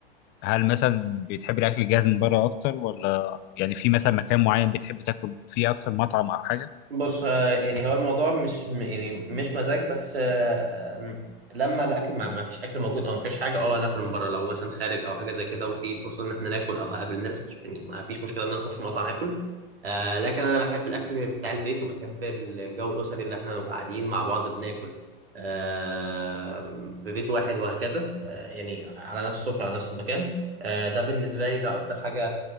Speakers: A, on the left; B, on the right.
A: هل مثلا بتحبي الاكل الجاهز من بره اكتر ولا يعني في مثلا مكان معين بتحب تاكل فيه اكتر مطعم او حاجه
B: بص آه، يعني هو الموضوع مش م- يعني مش مزاج بس آه، م- لما الاكل ما ما فيش اكل موجود او ما فيش حاجه اه ناكل من بره لو مثلا خارج او حاجه زي كده وفي فرصه ان احنا ناكل او هقابل ناس يعني ما فيش مشكله ان انا اخش مطعم اكل آه لكن انا بحب الاكل بتاع البيت وبحب ال- الجو الاسري اللي احنا نبقى قاعدين مع بعض بناكل آه في بيت واحد وهكذا آه يعني على نفس السفره على نفس المكان آه، ده بالنسبه لي ده اكتر حاجه